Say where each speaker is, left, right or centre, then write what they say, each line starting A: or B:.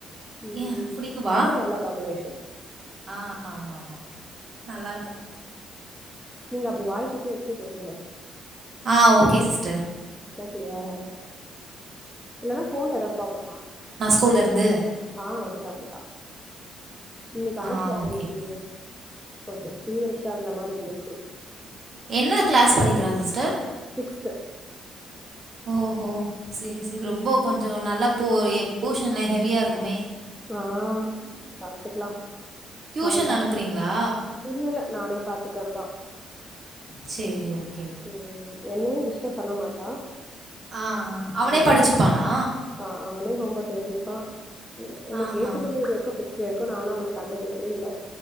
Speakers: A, in the centre; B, on the right (about 50°).
A: ம்
B: ஏன் பிடிக்குமா
A: அதுவு நல்ல காம்பினேஷன்
B: ஆஹ் ஆமா ஆமா நல்லா இருக்கும்
A: நீங்க அப்டி வாய்கிட்ட வச்சே பேசுங்க
B: ஆஹ் ஓகே சிஸ்டர்.
A: க்ளியறாருக்கு. இல்லனா ஃபோன்ல எதாது ப்ராப்ளமா?
B: கூல இருந்து.
A: ஆஹ் வந்துட்டா வந்துட்டா இன்னைக்கு அனுப்புல
B: ஆ ஓகே
A: இன்னைக்கு
B: ஓகே
A: கொஞ்சம் ஃபீவரிஷ்ஷா இர்ந்த மாரி இந்துச்சு.
B: என்ன க்ளாஸ் படிக்கிறா சிஸ் டர்
A: சிக்ஸ்து
B: ஓஹோ சேரி சேரி. ரொம்போ
A: ம்
B: கொஞ்சோ நல்லா இப்போ எ போஷன்லா ஹெவியா இருக்குமே.
A: ஆஹ் பாத்துக்லா.
B: டியூஷன்
A: அவ பட்த்து
B: அனுப்புறீங்களா?
A: இல்ல இல்ல நானே பாத்துக்கிறதா. ம்
B: சேர்ரி ஓக்
A: உம் என்னயு டிஷ்டப் பண்ணமாட்டா.
B: ஆ, அவனே
A: அவனா
B: படிச்சுப்பானா?
A: ஹ ஆஹ் அ அவனே ரொம்ப தேதிப்பா. என் என்ன
B: ஆஹா!
A: கேட்டதில்ல இதுவரக்கு ஃபஸ் இதுவரைக்கு நானு அவன கண்டுக்கனதே இல்ல.